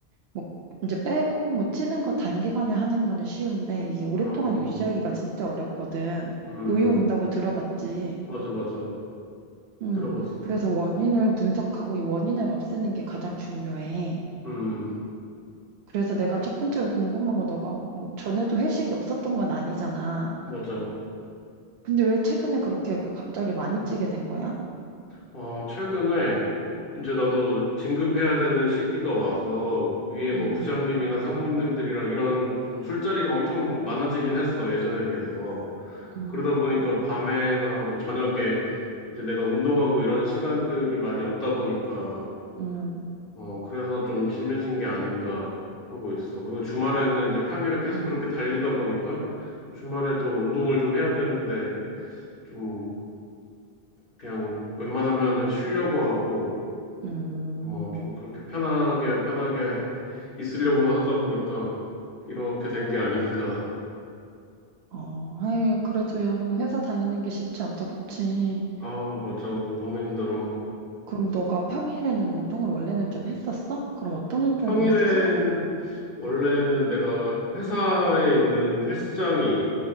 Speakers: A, on the right; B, on the left.
A: 뭐, 이제 빼고, 뭐, 찌는 거 단기간에 하는 거는 쉬운데, 이게 오랫동안
B: 어,
A: 유지하기가 진짜 어렵거든.
B: 음,
A: 요요 온다고 들어봤지.
B: 맞아, 맞아.
A: 음,
B: 들어봤어.
A: 그래서 원인을 분석하고, 이 원인을 없애는 게 가장 중요해.
B: 음,
A: 그래서 내가 첫 번째로 궁금한 건 너가 뭐 전에도 회식이 없었던 건 아니잖아.
B: 맞아.
A: 근데 왜 최근에 그렇게 그 갑자기 많이 찌게 된 거야?
B: 어, 최근에, 이제 나도 진급해야 되는 시기가 와서 위에 뭐
A: 음,
B: 부장님이나 상무님들이랑 이런 좀 술자리가 엄청 많아지긴 했어, 예전에 비해서.
A: 음,
B: 그러다 보니까 밤에나 뭐 저녁에 이제 내가 운동하고 이런 시간들이 많이 없다 보니까,
A: 음,
B: 어, 그래서 좀 심해진 게 아닌가 하고 있어. 그리고 주말에는 이제 평일에 계속
A: 음.
B: 그렇게 달리다 보니까 주말에도 운동을 좀 해야 되는데 좀 그냥 웬만하면은 쉬려고 하고,
A: 음,
B: 어, 좀 그렇게 편하게 편하게 있으려고만 하다 보니까 이렇게 된 게 아닌가.
A: 어, 아이, 그래도 야, 너는 회사 다니는 게 쉽지 않다, 그치?
B: 아, 맞아. 너무 힘들어.
A: 그럼 너가 평일에는 운동을 원래는
B: 음.
A: 좀 했었어? 그럼 어떤 운동을
B: 평일에는
A: 했었어?
B: 원래는 내가 회사에 있는 헬스장이